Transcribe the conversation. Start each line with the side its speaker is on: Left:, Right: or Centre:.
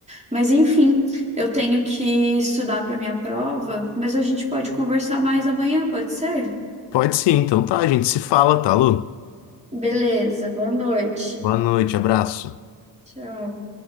Right: Mas enfim. Eu tenho que estudar para minha prova, mas a gente pode conversar mais amanhã, pode ser?
Left: Pode sim, então tá, a gente se fala, tá, Lu?
Right: Beleza, boa noite.
Left: Boa noite, abraço.
Right: Tchau.